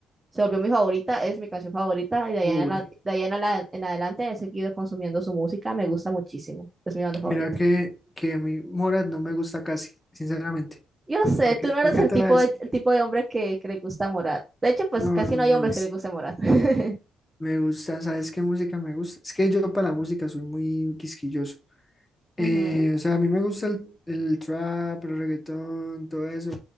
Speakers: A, on the right; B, on the left.
A: Se volvió mi favorita, es mi canción favorita y de ahí
B: Uy,
A: en, la- de ahí en, ala- en adelante he seguido consumiendo su música, me gusta muchísimo, es mi banda favorita.
B: mira que, que a mí Morat no me gusta casi, sinceramente.
A: Yo sé,
B: ¿Para qué,
A: tú no
B: para
A: eres
B: qué
A: el
B: te
A: tipo
B: voy a decir?
A: de, el tipo de hombre que, que le gusta Morat. De hecho, pues
B: No,
A: casi
B: no
A: no
B: no
A: hay
B: me
A: hombres
B: gusta.
A: que le guste Morat. <laughs>
B: Me gusta, ¿sabes qué música me gusta? Es que yo para la música soy muy quisquilloso. Eh,
A: Ujú,
B: o sea, a mí me gusta el, el trap, el reggaetón, todo eso,